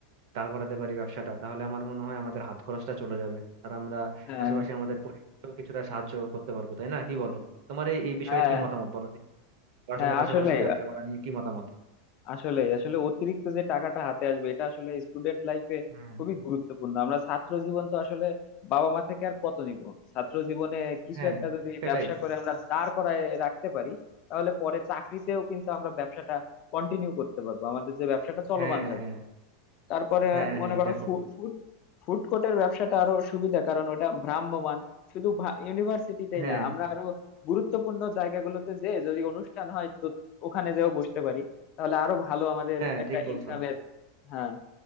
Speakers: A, on the right; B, on the left.
A: দাঁড় করাতে পারি ব্যবসাটা তাহলে আমার মনে হয় আমাদের হাত খরচটা চলে যাবে আর আমরা
B: হ্যাঁ
A: পাশাপাশি আমাদের পরিবারকেও কিছুটা সাহায্য করতে পারবো তাই না কি বলো তোমার এই এই বিষয়ে
B: হ্যাঁ
A: কি মতামত বলো দেখি পড়াশোনার
B: হ্যাঁ
A: পাশাপাশি
B: আসলে
A: ব্যবসা করা নিয়ে কি মতামত
B: আসলে আসলে অতিরিক্ত যে টাকাটা হাতে আসবে এটা আসলে স্টুডেন্ট লাইফে
A: হ্যাঁ
B: খুবই গুরুত্বপূর্ণ আমরা ছাত্র জীবন তো আসলে বাবা মা থেকে আর কত নিব ছাত্র জীবনে কিছু
A: হ্যাঁ
B: একটা যদি
A: সেটাই
B: ব্যবসা করে আমরা দাঁড় করায় রাখতে পারি তাহলে পরে চাকরিতেও কিন্তু আমরা ব্যবসাটা কন্টিনিউ করতে পারবো আমাদের যে ব্যবসাটা চলমান
A: হ্যাঁ
B: থাকবে
A: হ্যাঁ
B: তারপরে
A: হ্যাঁ
B: মনে
A: হ্যাঁ
B: করো
A: দেখো
B: ফুড ফুড কোর্টের ব্যবসাটা আরো সুবিধা কারণ ওটা ভ্রাম্যমান শুধু ইউনিভার্সিটিতেই
A: হ্যাঁ
B: না আমরা আরো গুরুত্বপূর্ণ জায়গাগুলোতে যে যদি অনুষ্ঠান হয় তো ওখানে যেও বসতে পারি তাহলে আরো ভালো আমাদের
A: হ্যাঁ
B: একটা
A: ঠিক বলছো
B: ইনকামের হ্যাঁ